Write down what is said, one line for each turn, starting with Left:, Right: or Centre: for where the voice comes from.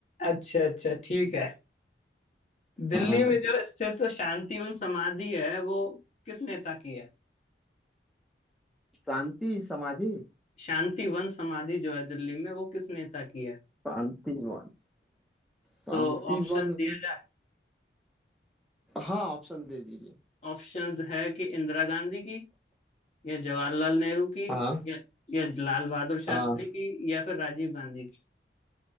Left: अच्छा अच्छा ठीक है दिल्ली
Centre: हाँ।
Left: में जो स्थित शांतिवन समाधि है वो किस नेता की है
Centre: शांति समाधि
Left: शांतिवन समाधि जो है दिल्ली में वो किस नेता की है
Centre: शांतिवन शांतिवन
Left: तो ऑप्शन दिया जाए
Centre: हाँ ऑप्शन दे दीजिए
Left: ऑप्शन है कि इंदिरा गांधी की या जवाहरलाल नेहरू की
Centre: हाँ
Left: या, या लाल बहादुर शास्त्री
Centre: हाँ
Left: की या फिर राजीव गांधी की